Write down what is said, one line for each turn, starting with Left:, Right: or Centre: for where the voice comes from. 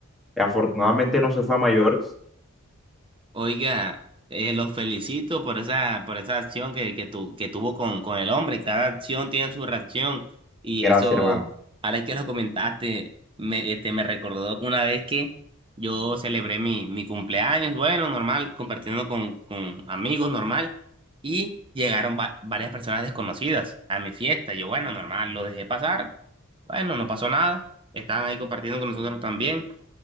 Centre: afortunadamente no se fue a mayores.
Right: Oiga, eh, los felicito por esa, por esa acción que, que, tu- que tuvo con, con el hombre. Cada acción tiene su reacción. Y
Centre: Gracias,
Right: eso,
Centre: hermano.
Right: ahora que lo comentaste, me, este, me recordó una vez que yo celebré mi, mi cumpleaños, bueno, normal, compartiendo con, con amigos, normal. Y llegaron va- varias personas desconocidas a mi fiesta. Yo, bueno, normal, lo dejé pasar. Bueno, no pasó nada. Estaban ahí compartiendo con nosotros también.